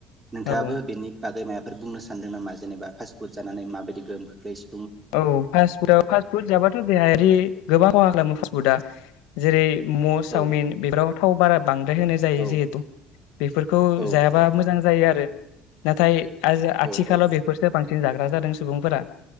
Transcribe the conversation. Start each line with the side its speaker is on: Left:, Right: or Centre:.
Right: नोंथाङाबो
Left: औ
Right: बेनि बागै माया फोर बुंनो सानदों नामा जेनेबा फासटफुड जानानै माबायदि गोहोम खोख्लौस।
Left: औ फास फुटाव पासफुट जाबाथ देहायारि। गोबां खहा खालामो पासपुदआ जेरै। मम' सावमिन
Right: औ
Left: बेफोराव थाव बारा बांद्राय होनाय जायो
Right: औ
Left: जिहेतु बेफोरखौ
Right: औ
Left: जायाबा मोजां जायो आरो। नाथाय। आजो
Right: औ
Left: आथि
Right: औ
Left: खाालाव बेफोरखो बांसि सिन जाग्रा जादों सुबुंफोरा।